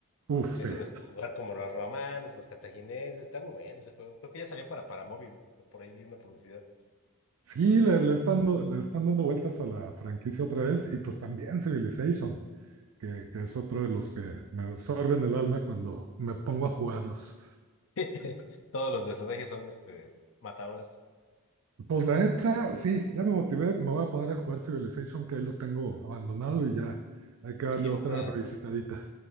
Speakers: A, on the right (about 80°); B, on the left (about 60°).
A: Uf,
B: eso
A: sí.
B: de jugar como los romanos, los cartagineses, está muy bueno ese juego. Creo que ya salió para, para móvil, por ahí vi una publicidad.
A: Sí, le, le están, do- le están dando vueltas a la franquicia otra vez. Y pues también Civilization, que, que es otro de los que me absorben el alma cuando me pongo a jugarlos.
B: <laughs> Todos los de estrategia son este, matadoras.
A: Pues la neta, sí, ya me motivé, me voy a poner a jugar Civilization, que ahí lo tengo abandonado y ya hay que darle
B: Sí, voy
A: otra
B: por allá.
A: revisitadita.